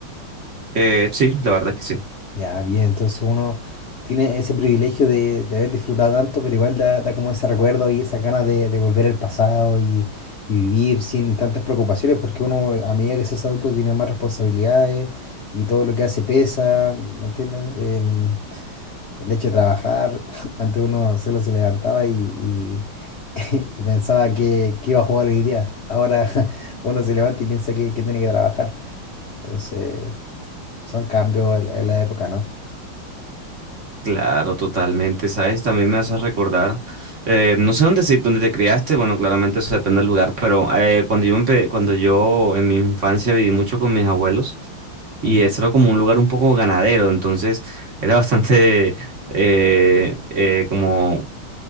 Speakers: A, on the right; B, on the left.
A: Eh, sí, la verdad es que sí.
B: Ya, bien, entonces uno tiene ese privilegio de, de haber disfrutado tanto, pero igual da, da como ese recuerdo y esa ganas de, de volver al pasado y, y vivir sin tantas preocupaciones, porque uno a medida que se es adulto tiene más responsabilidades y todo lo que hace pesa, ¿me entiendes? Em, El hecho de trabajar, <laughs> antes uno solo se levantaba y, y- <laughs> y pensaba que, que iba a jugar hoy día. Ahora <laughs> uno se levanta y piensa que, que tiene que trabajar. Entonces, son cambios en, en la época, ¿no?
A: Claro, totalmente, ¿sabes? También me hace recordar, eh, no sé dónde, se- dónde te criaste, bueno, claramente eso depende del lugar, pero eh, cuando yo, empe- cuando yo en mi infancia viví mucho con mis abuelos y
B: Ujú.
A: eso era como un lugar un poco ganadero, entonces era bastante eh, eh, como